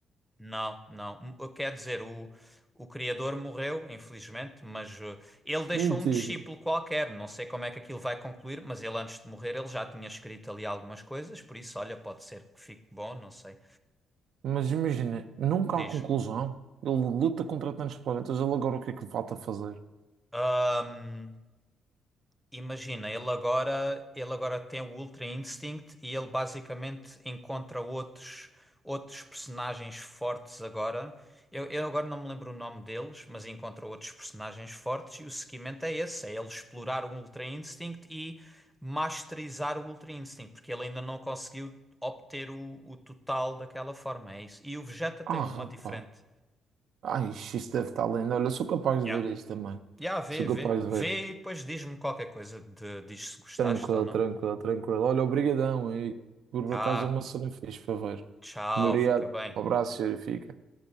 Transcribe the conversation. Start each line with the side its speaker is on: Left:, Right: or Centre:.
Centre: Não, não. M- ah, Quer dizer, o, o criador morreu, infelizmente, mas eh, ele deixou
Right: Mentira.
Centre: um discípulo qualquer. Não sei como é que aquilo vai concluir, mas ele antes de morrer ele já tinha escrito ali algumas coisas, por isso, olha, pode ser que fique bom, não sei.
Right: Mas imagina, nunca
Centre: Diz.
Right: há conclusão. Ele luta contra tantos planetas, ele agora o que é que falta fazer?
Centre: Ahm, imagina, ele agora, ele agora tem o Ultra Instinct e ele basicamente encontra outros, outros personagens fortes agora. Eu, eu agora não me lembro o nome deles, mas encontra outros personagens fortes e o seguimento é esse, é ele explorar o Ultra Instinct e masterizar o Ultra Instinct, porque ele ainda não conseguiu obter o, o total daquela forma, é isso. E o Vegeta tem
Right: Ah,
Centre: uma
Right: rapaz.
Centre: diferente.
Right: Ai, isto isto deve estar lindo. Olha, eu sou capaz de
Centre: Yeah.
Right: ver isto também.
Centre: Yeah, vê,
Right: Sou
Centre: vê.
Right: capaz de
Centre: Vê
Right: ver.
Centre: e depois diz-me qualquer coisa de, diz se gostaste
Right: Tranquilo,
Centre: ou não.
Right: tranquilo, tranquilo. Olha, obrigadão aí. Por
Centre: Ah,
Right: acaso é uma cena fixe para ver.
Centre: tchau,
Right: Obrigado.
Centre: fica bem.
Right: Um abraço, senhor. Fica.